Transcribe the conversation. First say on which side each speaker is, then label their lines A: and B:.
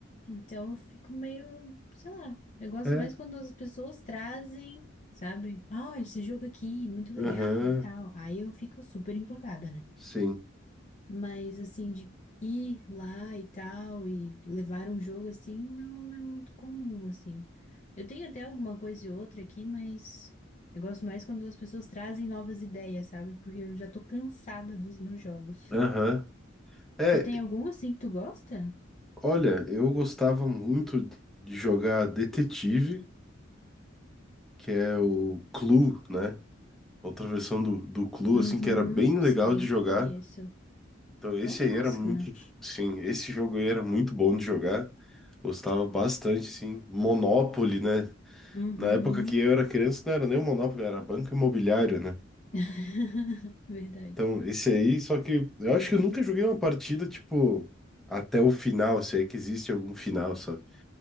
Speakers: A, on the left; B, in the centre.
A: Então eu fico meio, sei lá. Eu gosto
B: É.
A: mais quando as pessoas trazem, sabe? Ah, olha esse jogo aqui, muito legal
B: Aham.
A: e tal. Aí eu fico super empolgada, né?
B: Sim.
A: Mas assim, de ir lá e tal, e levar um jogo assim, não, não é muito comum, assim. Eu tenho até alguma coisa e outra aqui, mas eu gosto mais quando as pessoas trazem novas ideias, sabe? Porque eu já tô cansada dos meus jogos.
B: Aham. É,
A: Tu tem algum assim que tu gosta?
B: olha, eu gostava muito de jogar Detetive, que é o Clue, né? Outra versão do, do Clue,
A: Uhum,
B: assim, que era bem
A: sim,
B: legal de jogar.
A: conheço.
B: Então, esse
A: É um clássico,
B: aí era muito.
A: né?
B: Sim, esse jogo aí era muito bom de jogar. Gostava bastante, assim. Monopoly, né?
A: Uhum.
B: Na época que eu era criança, não era nem o Monopoly, era Banco Imobiliário, né?
A: <laughs> Verdade.
B: Então, esse aí, só que eu acho que eu nunca joguei uma partida, tipo, até o final, se é que existe algum final, sabe?